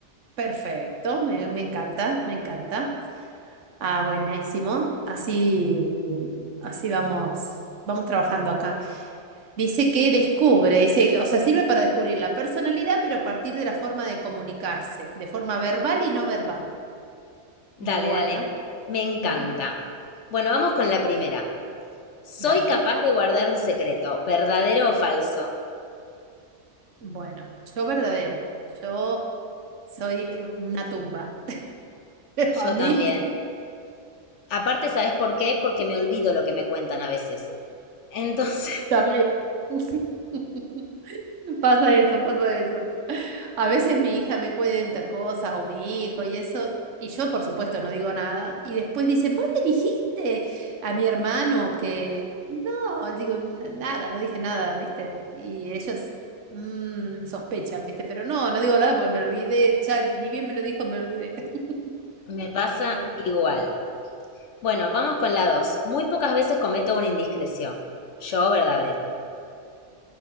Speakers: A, on the right; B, on the left.
A: perfecto, me, me encanta, me encanta. Ah, buenísimo. Así, así vamos, vamos trabajando acá. Dice que descubre, dice, o sea, sirve para descubrir la personalidad, pero a partir de la forma de comunicarse, de forma verbal y no verbal. Bueno,
B: Dale, dale, me encanta.
A: <laughs>
B: Bueno, vamos con la primera.
A: bien,
B: ¿Soy
A: dale.
B: capaz de guardar un secreto, verdadero o falso?
A: Bueno, yo verdadero, yo soy eh, una tumba. <laughs>
B: Yo
A: A mí.
B: también. Aparte, ¿sabes por qué? Porque me olvido lo que me cuentan a veces. Entonces,
A: También <laughs> pasa eso, pasa eso. A veces mi hija me cuenta cosas o mi hijo y eso, y yo por supuesto no digo nada. Y después dicen, ¿vos le dijiste a mi hermano que... No, digo "N- nada, no dije nada, ¿viste? Y ellos mm, sospechan, ¿viste? Pero no, no digo nada porque me olvidé, ya ni bien me lo dijo, me olvidé. <laughs>
B: <laughs> me pasa
A: No.
B: igual. Bueno, vamos con la dos. Muy pocas veces cometo una indiscreción. Yo, verdadero.